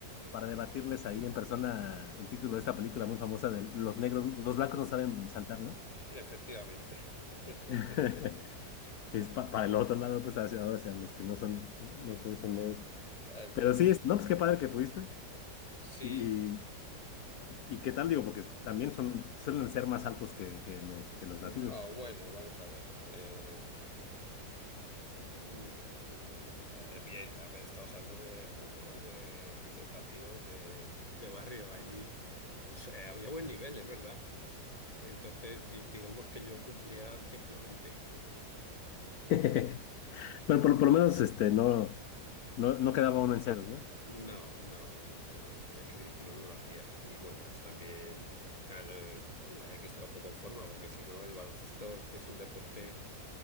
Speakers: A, on the left (about 65°); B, on the left (about 20°).
A: para debatirles ahí en persona el título de esta película muy famosa de Los negros, los blancos no saben saltar, ¿no?
B: Efectivamente. <laughs>
A: <laughs> Es pa- para el otro lado, pues hacia ahora, hacia los que no son, los que no son negros.
B: Ah,
A: Pero
B: eh,
A: sí,
B: Sí,
A: es- no, pues qué padre que pudiste.
B: sí.
A: Y, y, y qué tal, digo, porque también son, suelen ser más altos que, que los,
B: No,
A: que los latinos.
B: bueno, vamos a ver. Em, mm, eh, bien, a ver, estamos hablando de jugo, de, de partidos de, de barrio. Ahí, pues eh, había buen nivel, es verdad. Entonces, di- digamos que yo cumplía dignamente.
A: <laughs> Bueno, por, por lo menos este, no, no, no quedaba uno en ceros, ¿no?
B: No, no, no, no, no, el ridículo no lo hacía. Y bueno, pues también, claro, eh, hay que estar un poco en forma, porque si no, el baloncesto es un deporte